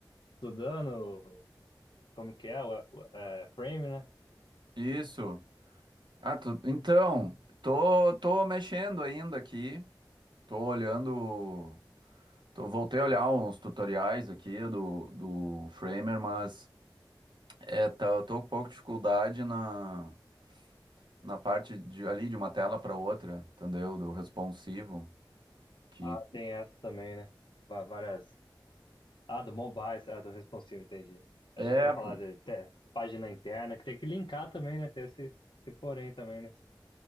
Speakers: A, on the left; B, on the right.
A: estudando como que é o, o- é, frame, né?
B: isso. Ah, tu- então, tô, tô mexendo ainda aqui. Tô olhando. Tô, voltei a olhar uns tutoriais aqui do, do Framer, mas é, tá, eu tô com um pouco de dificuldade na, na parte de, ali de uma tela para outra, entendeu? Do responsivo. que
A: Ah, tem essa também, né? Va- Várias. Ah, do mobile, ah, do responsive, entendi.
B: É,
A: Achei que você ia falar
B: pô.
A: de até página interna, que tem que linkar também, né? Tem esse, esse porém também, né?